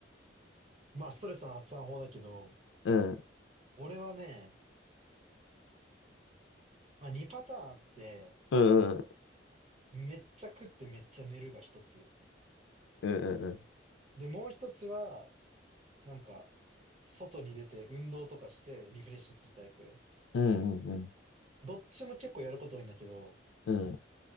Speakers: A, on the right; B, on the left.
A: まあ、ストレス発散法だけど、
B: うん。
A: 俺はね、まあ、2パターンあって、
B: うんうんう
A: めっちゃ食ってめっちゃ寝るが一つ。
B: ん。
A: で、もう一つは、なんか、外に出て運動とかしてリフレッシュするタイプ。
B: うんうんうん
A: どっちも結構やること多いんだけど、
B: うんうん。うんうん。うん